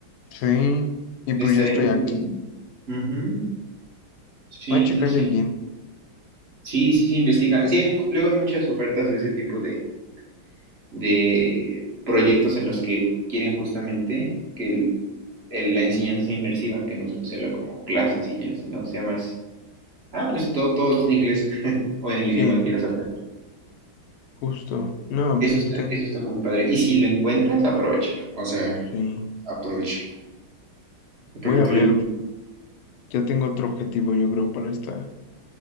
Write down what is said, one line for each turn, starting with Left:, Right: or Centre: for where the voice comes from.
Left: Sí, y pues
Right: estaría
Left: ya estoy
Right: muy
Left: aquí.
Right: bien. Ujú, Sí,
Left: Voy a checarle
Right: sí, sí,
Left: bien.
Right: sí, sí, sí, investiga. Sí, hay mu- luego hay muchas ofertas de ese tipo de, de proyectos en los que quieren justamente que el- el- la enseñanza sea inmersiva, que no solo sea lo como clases y ya, sino sea más, ah, pues todo, todo es en inglés <laughs> o en el
Left: Sí,
Right: idioma que
Left: no,
Right: quieras aprender.
Left: justo. No, pues
Right: Eso está,
Left: pues, ten-
Right: eso está muy padre. Y si lo encuentras, aprovéchalo, o sea,
Left: Sí,
Right: aprovéchalo. Porque
Left: voy a
Right: te
Left: ver.
Right: oyes-
Left: Ya tengo otro objetivo, yo creo, para esta,